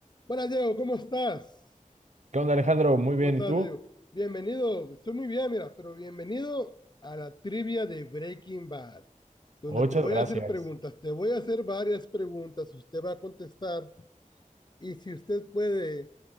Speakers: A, on the left; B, on the right.
A: Buenas, Diego, ¿cómo estás?
B: ¿Qué onda, Alejandro? Muy
A: ¿Cómo
B: bien,
A: estás,
B: ¿y tú?
A: Diego? Bienvenido, estoy muy bien, mira, pero bienvenido a la trivia de Breaking Bad, donde
B: Muchas
A: te voy
B: gracias.
A: a hacer preguntas, te voy a hacer varias preguntas, usted va a contestar y si usted puede,